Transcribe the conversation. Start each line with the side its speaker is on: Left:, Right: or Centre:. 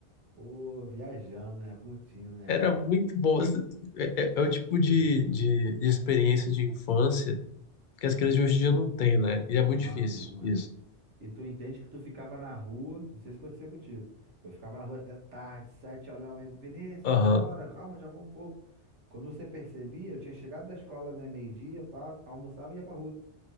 Right: pô, viajando, né? Curtindo, né,
Left: Era
Right: cara?
Left: muito bom. esse- É, é- é o tipo
Right: Pô,
Left: de, de, de experiência de infância que as crianças de hoje em dia não têm, né? E é
Right: não,
Left: muito difícil
Right: não,
Left: isso.
Right: é. E tu entende que tu ficava na rua, não sei se acontecia contigo. Eu ficava na rua até tarde, sete horas, minha mãe, Vinícius,
Left: Aham,
Right: vambora, calma, já vou um pouco. Quando você percebia, eu tinha chegado da escola, né, meio-dia, pá, almoçava e ia pra rua.